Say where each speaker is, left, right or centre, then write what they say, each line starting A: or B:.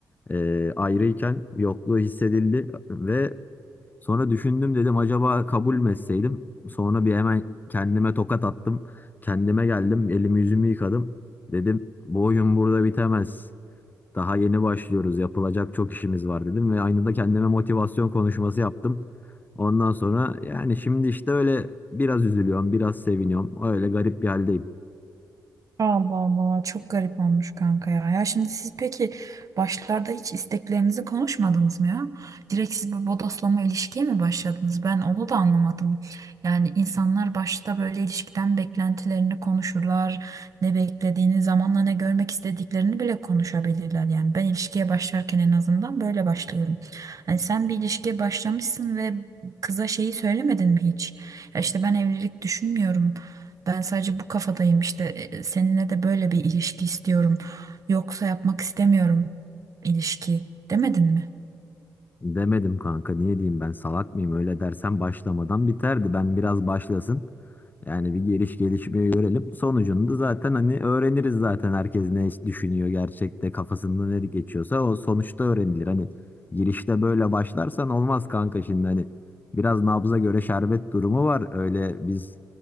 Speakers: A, on the left (about 25°); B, on the right (about 50°).
A: E, ayrıyken yokluğu hissedildi ve Sonra düşündüm dedim acaba kabul mü etseydim? Sonra bir hemen kendime tokat attım. Kendime geldim, elimi yüzümü yıkadım. Dedim bu oyun burada bitemez. Daha yeni başlıyoruz, yapılacak çok işimiz var dedim ve aynı da kendime motivasyon konuşması yaptım. Ondan sonra yani şimdi işte öyle biraz üzülüyorum, biraz seviniyorum. Öyle garip bir haldeyim.
B: Allah Allah çok garip olmuş kanka ya. Ya şimdi siz peki başlarda hiç isteklerinizi konuşmadınız mı ya? Direkt siz bir bodoslama ilişkiye mi başladınız? Ben onu da anlamadım. Yani insanlar başta böyle ilişkiden beklentilerini konuşurlar. Ne beklediğini zamanla ne görmek istediklerini bile konuşabilirler. Yani ben ilişkiye başlarken en azından böyle başlıyorum. Hani sen bir ilişkiye başlamışsın ve kıza şeyi söylemedin mi hiç? Ya işte ben evlilik düşünmüyorum. Ben sadece bu kafadayım işte e, e, seninle de böyle bir ilişki istiyorum. Yoksa yapmak istemiyorum ilişki demedin mi?
A: Demedim kanka niye diyeyim ben salak mıyım öyle dersen başlamadan biterdi. Ben biraz başlasın. Yani bir geliş gelişmeyi görelim. Sonucunu da zaten hani öğreniriz zaten herkes ne düşünüyor gerçekte kafasında ne geçiyorsa o sonuçta öğrenilir. Hani girişte böyle başlarsan olmaz kanka şimdi hani biraz nabza göre şerbet durumu var. Öyle biz